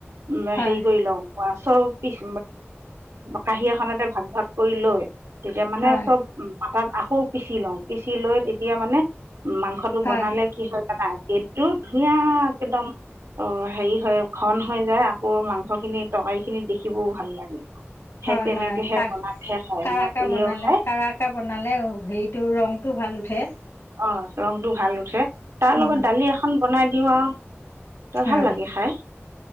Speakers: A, on the right; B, on the left.
A: উম
B: হয়
A: হেইৰি কৰিলও চব পিছ কাঁহী এখনতে ভাগ ভাগ কৰি লৈ তেতিয়া মানে
B: হয়
A: চব উ তাত আকৌ পিচি লওঁ পিচি লৈ তেতিয়া মানে মাংস টো
B: হয়
A: বনালে কি হয় দাদা গেটতটো ধুনীয়া একদম অ হেৰি হয় ঘন হৈ যায় আকৌ মাংস খিনি তৰকাৰি খিনি দেখিবও ভাল লাগে সেই
B: হয়
A: তেনেকেহে
B: হয় ক
A: বনাইহে খায়
B: কাকে
A: ল'ৰা ছোৱালীয়েও
B: বনালে
A: খায়
B: কাকে বনালে হেৰিটো ৰংতটো ভাল ঠে
A: অ ৰং টো ভাল উঠে তাৰ
B: উম
A: লগত দালি এখন বনাই দিওঁ আৰু তই
B: হয়
A: ভাল লাগে খাই